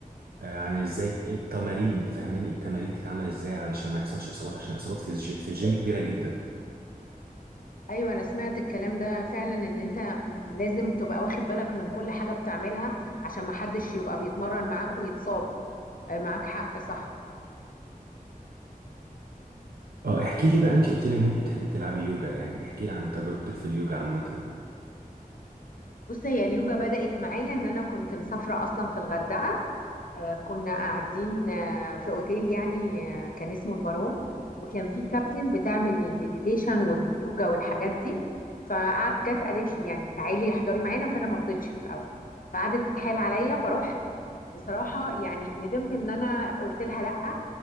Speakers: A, on the right; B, on the left.
A: آه، عن ازاي ت- التمارين انت فاهماني التمارين تتعمل ازاي علشان ما يحصلش اصابات عشان الاصابات في الجي في الجيم كبيره جدا
B: ايوه انا سمعت الكلام ده فعلا ان انت م- لازم تبقى واخد بالك من كل حاجه بتعملها عشان ما حدش يبقى بيتمرن معاك ويتصاب آه، معاك حق صح
A: اه احكي لي بقى انت قلت لي ان انت بتحبي تلعبي يوجا يعني احكي لي عن تجربتك في اليوجا عامه
B: بص هي اليوجا بدأت معايا ان انا كنت مسافره اصلا في الغردقه آه، كنا قاعدين آه، في اوتيل يعني آه، كان اسمه البارون وكان في كابتن بتعمل مديتيشن واليوجا والحاجات دي فجت قالت لي يعني تعالي احضري معانا فانا ما رضيتش في الاول فقعدت تتحايل عليا فروحت بصراحة يعني ندمت ان انا قلت لها لا